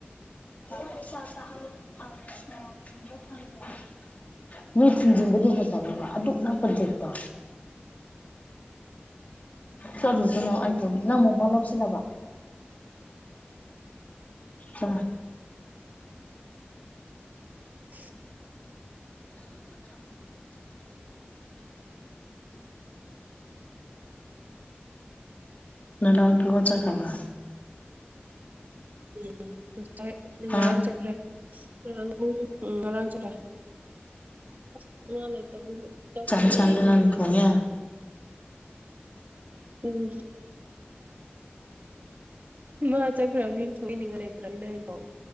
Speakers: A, on the left (about 40°); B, on the right (about 45°).
A: <unintelligible> ꯅꯣꯏ ꯊꯤꯟꯖꯤꯟꯕꯗꯤ ꯍꯩꯇꯕ꯭ꯔꯕ ꯑꯗꯨꯛ ꯅꯛꯄ ꯖꯦꯛꯇꯣ ꯆꯠꯂꯨꯁꯤꯂꯥꯎ ꯑꯩ ꯇꯧꯒꯦ ꯅꯪ ꯃꯣꯝꯄꯛ ꯂꯧꯁꯤꯜꯂꯕ ꯑ
B: <unintelligible>
A: ꯅꯅꯎꯄꯤ ꯈꯣꯏ ꯆꯥꯠꯈ꯭ꯔꯕ꯭ꯔ
B: ꯎꯝ ꯎꯝ ꯉꯁꯥꯏ
A: ꯍꯥ
B: ꯉꯔꯥꯡ ꯆꯠꯈ꯭ꯔꯦ ꯉꯔꯥꯡ ꯄꯨꯡ ꯎꯝ ꯉꯔꯥꯡ ꯆꯠꯈ꯭ꯔꯦ ꯑꯁ ꯃꯥ ꯂꯩꯇꯕꯒꯤ ꯆꯛ
A: ꯆꯥꯛ
B: ꯊꯣꯡꯅꯤꯡꯉꯥꯏ
A: ꯏꯟꯁꯥꯡꯗꯤ
B: ꯃꯤ
A: ꯅꯪꯅ
B: ꯂꯩꯇ
A: ꯊꯣꯡꯉꯦ
B: <unintelligible> ꯎꯝ <unintelligible> ꯃꯥ ꯆꯠꯈ꯭ꯔꯝꯅꯤꯅ ꯊꯣꯡꯕꯤꯅꯤꯡꯉꯥꯏ ꯂꯩꯇ꯭ꯔꯕꯅꯤꯅ <unintelligible>